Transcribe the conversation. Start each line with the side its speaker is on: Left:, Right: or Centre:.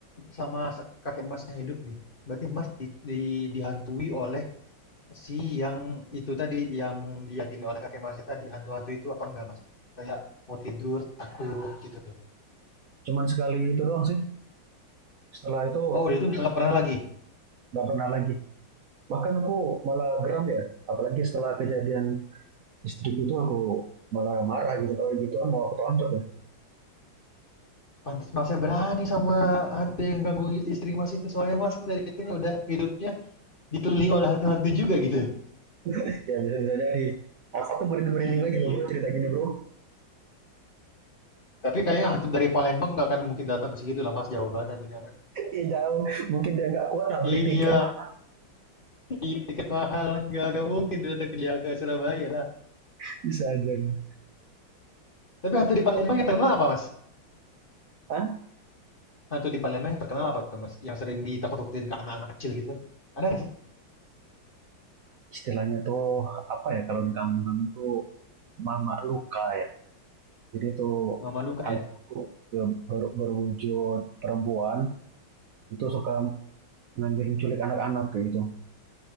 Left: selama se- kakek Masnya hidup nih, berarti Mas di, di- dihantui oleh si yang itu tadi yang diyakini oleh kakek Masnya tadi hantu-hantu itu apa enggak Mas? Kayak mau tidur takut gitu.
Right: cuman sekali itu doang sih setelah itu
Left: Oh, dari itu nggak pernah lagi.
Right: nggak pernah lagi bahkan aku malah geram ya apalagi setelah kejadian istriku itu aku malah marah gitu kalau gituan mau aku tonjok ya
Left: Pantas Masnya berani sama hantu yang ganggu istri Mas itu soalnya Mas dari kecilnya udah hidupnya dikelilingi oleh hantu-hantu juga gitu.
Right: ya bisa bisa jadi aku, aku merinding merinding
Left: Iya.
Right: lagi loh bro cerita gini bro
Left: Tapi kayaknya hantu dari Palembang nggak akan mungkin datang ke situ lah Mas, jauh banget hantunya Mas.
Right: Ih, <laughs> jauh mungkin dia nggak kuat nah beli
Left: Iya,
Right: tiket mah
Left: Iya, tiket mahal. Nggak, nggak mungkin dia datang kerja ke Surabaya lah.
Right: <laughs> bisa aja gitu.
Left: Tapi hantu di Palembang yang terkenal apa, Mas?
Right: Hah?
Left: Hantu di Palembang yang terkenal apa tuh, Mas? Yang sering ditakut-takutin ke anak-anak kecil gitu. Ada nggak sih?
Right: istilahnya tuh apa ya kalau di kampung kami itu mama luka ya jadi tuh
Left: Mama Luka
Right: hantu
Left: ya?
Right: ber- berwujud perempuan itu suka ngambil culik anak-anak kayak gitu